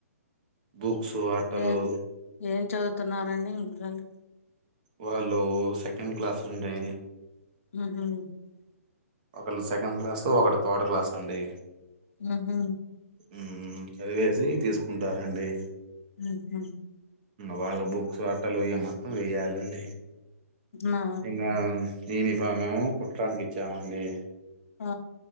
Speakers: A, on the right; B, on the left.
A: బుక్స్ ఆట్టలు
B: ఏ ఏం చదువుతున్నారండి గల్
A: వాళ్ళు సెకండ్ క్లాస్ ఉండే
B: <unintelligible>
A: ఒకళ్ సెకండ్ క్లాసు ఒకటి థర్డ్ క్లాస్ అండి
B: మ్ హు
A: ఉమ్ చదివేసి తీసుకుంటారండి
B: ఉహు
A: వాళ్ళ బుక్స్ ఆట్టలు ఇవి మొత్తం వేయ్యాలండి
B: ఆ
A: ఇంగా యూనిఫామ్ ఉ కుట్రానికి ఇచ్చామండి
B: ఆ